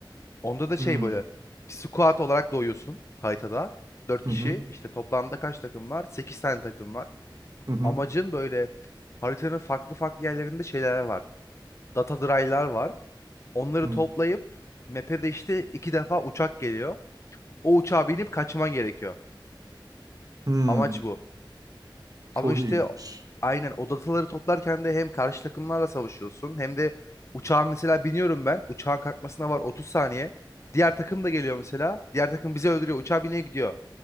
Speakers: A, on the left (about 35°); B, on the right (about 45°).
A: Onda da
B: Hmm.
A: şey böyle bir squad olarak doğuyorsun haritada. 4
B: Hı
A: kişi
B: hı.
A: İşte toplamda kaç takım var? 8 tane takım var.
B: Hı hı.
A: Amacın böyle haritanın farklı farklı yerlerinde şeyler var. Data dry'lar var. Onları
B: Hı.
A: toplayıp map'e de işte iki defa uçak geliyor. O uçağa binip kaçman gerekiyor.
B: Hmm.
A: Amaç bu.
B: Çok
A: Ama işte
B: iyiymiş.
A: aynen o dataları toplarken de hem karşı takımlarla savaşıyorsun hem de uçağa mesela biniyorum ben. Uçağın kalkmasına var 30 saniye. Diğer takım da geliyor mesela. Diğer takım bizi öldürüyor. Uçağa bineye gidiyor.